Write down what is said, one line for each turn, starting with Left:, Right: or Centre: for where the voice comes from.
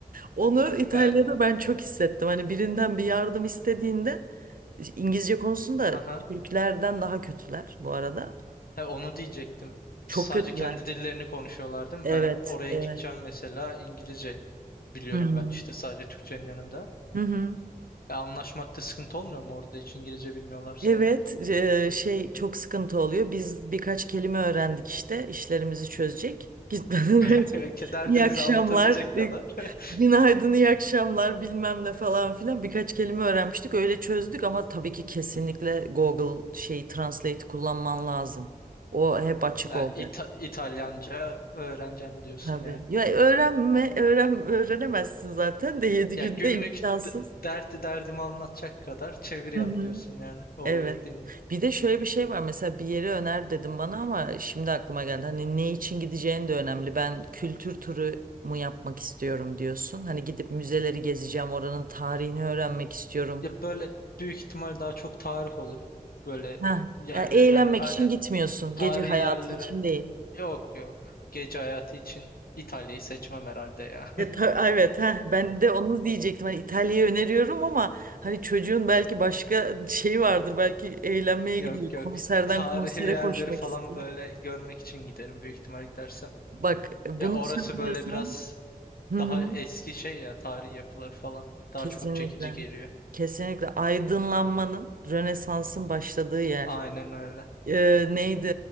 Right: Onu İtalya'da
Left: Ben
Right: ben çok hissettim. Hani birinden bir yardım istediğinde İngilizce konusunda
Left: Hı hı.
Right: Türklerden daha kötüler bu arada.
Left: He, onu diyecektim.
Right: Çok
Left: Sadece
Right: kötüler.
Left: kendi dillerini konuşuyorlar değil mi?
Right: Evet,
Left: Ben oraya
Right: evet.
Left: gideceğim mesela İngilizce biliyorum
Right: Hı hı.
Left: ben işte sadece Türkçenin yanında.
Right: Hı hı.
Left: E, anlaşmakta sıkıntı olmuyor mu orada hiç İngilizce bilmiyorlarsa
Right: Evet,
Left: ya?
Right: eee, şey çok sıkıntı oluyor. Biz birkaç kelime öğrendik işte, işlerimizi çözecek. Gitmeden önce
Left: <laughs>
Right: <laughs>
Left: Derdimizi
Right: iyi akşamlar,
Left: anlatabilecek kadar.
Right: e,
Left: <laughs>
Right: günaydın, iyi akşamlar bilmem ne falan filan birkaç kelime öğrenmiştik. Öyle çözdük ama tabii ki kesinlikle Google şeyi Translate kullanman lazım. O hep açık
Left: Ha,
Right: olacak.
Left: İta- İtalyanca öğreneceğim diyorsun
Right: Tabii.
Left: yani.
Right: Ya öğrenme, öğren, öğrenemezsin zaten de 7
Left: Ya
Right: günde
Left: günlük
Right: imkansız.
Left: d- derdi derdimi anlatacak kadar çeviri
Right: Hı
Left: yap
Right: hı.
Left: diyorsun yani oraya
Right: Evet.
Left: gittiğinde.
Right: Bir de şöyle bir şey var. Mesela bir yeri öner dedim bana ama şimdi aklıma geldi. Hani ne için gideceğin de önemli. Ben kültür turu mu yapmak istiyorum diyorsun. Hani gidip müzeleri gezeceğim, oranın tarihini öğrenmek istiyorum.
Left: Ya böyle büyük ihtimal daha çok tarif olur. Böyle
Right: Ha,
Left: yerler
Right: ya eğlenmek
Left: yani aynen
Right: için gitmiyorsun.
Left: tarihi
Right: Gece hayatı
Left: yerlere
Right: için değil.
Left: Yok yok. Gece hayatı için İtalya'yı seçmem herhalde ya.
Right: E, ta- evet ha ben de onu diyecektim. Hani İtalya'yı öneriyorum ama hani çocuğun belki başka şeyi vardır. Belki eğlenmeye
Left: <laughs> Yok
Right: gidiyor.
Left: yok.
Right: Konserden
Left: Tarihi
Right: konsere
Left: yerleri
Right: koşmak
Left: falan
Right: istiyor.
Left: böyle görmek için giderim büyük ihtimal gidersem.
Right: Bak bunu
Left: Ya orası
Right: söylüyorsan
Left: böyle biraz
Right: Hı hı.
Left: daha eski şey ya tarihi yapılar falan. Daha
Right: Kesinlikle.
Left: çok çekici geliyor.
Right: Kesinlikle aydınlanmanın, Rönesans'ın başladığı yer.
Left: Aynen öyle.
Right: Ee, neydi?